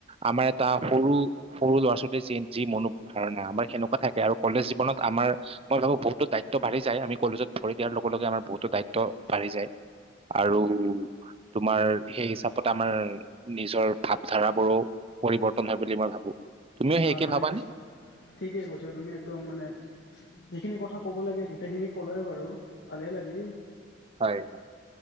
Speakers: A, on the right; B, on the left.
A: আমাৰ এটা সৰু সৰু ল'ৰা ছোৱালীৰ য যি মনো ধাৰণা আমাৰ সেনেকুৱা থাকে। আৰু কলেজ জীৱনত আমাৰ মই ভাবোঁ বহুতো দায়িত্ব বাঢ়ি যায়। আমি কলেজত ভৰি দিয়াৰ লগে। লগে। আমাৰ বহুতো দায়িত্ব বাঢ়ি যায়। আৰু। তোমাৰ সেই হিচাপত আমাৰ নিজৰ ভাৱধাৰাবোৰো পৰিৱৰ্তন হয় বুলি মই ভাবো। তুমিও সেইকে
B: হয় হয়
A: ভাবানে?
B: ঠিকে কৈছা তুমি একদম মানে সেইখিনি কথা কব লাগে গোটেইখিনি ক'লাই বাৰু ভালেই লাগিল।
A: হয়, হয়।